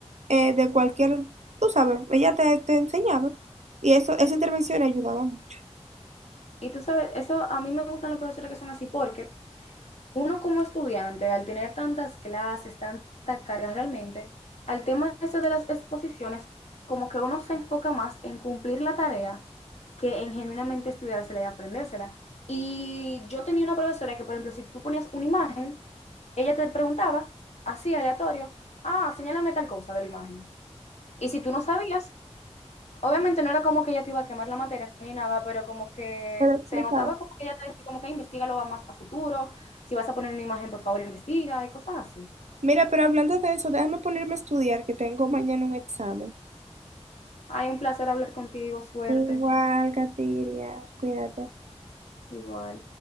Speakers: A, on the right; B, on the left.
A: eh, de cualquier, tú sabes, ella te, te enseñaba y eso, esa intervención ayudaba mucho.
B: Y tú sabes, eso a mí me gustan los profesores que son así porque Uno como estudiante, al tener tantas clases, tanta carga realmente, al tema ese de las exposiciones, como que uno se enfoca más en cumplir la tarea que en genuinamente estudiársela y aprendérsela. Y yo tenía una profesora que, por ejemplo, si tú ponías una imagen, ella te preguntaba, así aleatorio, ah, señálame tal cosa de la imagen. Y si tú no sabías, Obviamente no era como que ella te iba a quemar la materia ni nada, pero como que
A: Me lo explicaba.
B: se notaba como que ella te decía como que investigalo más a futuro, si vas a poner una imagen, por favor, investiga y cosas así.
A: Mira, pero hablando de eso, déjame ponerme a estudiar que tengo mañana un examen.
B: Ay, un placer hablar contigo, suerte,
A: Igual, Katiria, cuídate.
B: igual.